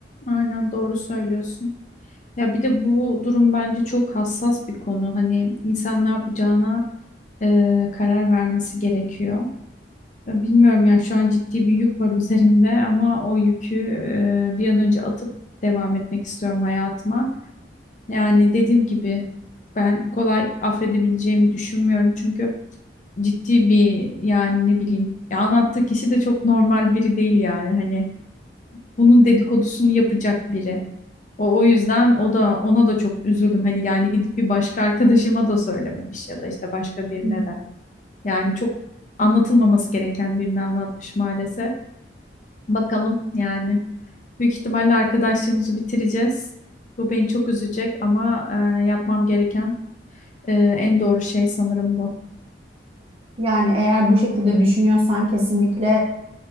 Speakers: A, on the left; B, on the right.
A: Aynen doğru söylüyorsun. Ya bir de bu durum bence çok hassas bir konu. Hani insan ne yapacağına e, karar vermesi gerekiyor. E, Bilmiyorum yani şu an ciddi bir yük var üzerimde ama o yükü e, bir an önce atıp devam etmek istiyorum hayatıma. Yani dediğim gibi ben kolay affedebileceğimi düşünmüyorum çünkü. ciddi bir yani ne bileyim ya anlattığı kişi de çok normal biri değil yani hani bunun dedikodusunu yapacak biri. O, o yüzden o da ona da çok üzüldüm. Hani yani gidip bir başka arkadaşıma da söylememiş ya da işte başka birine
B: Hı.
A: de. Yani çok anlatılmaması gereken birini anlatmış maalesef. Bakalım yani. Büyük ihtimalle arkadaşlığımızı bitireceğiz. Bu beni çok üzecek ama e, yapmam gereken e, en doğru şey sanırım bu.
B: Yani eğer bu şekilde düşünüyorsan kesinlikle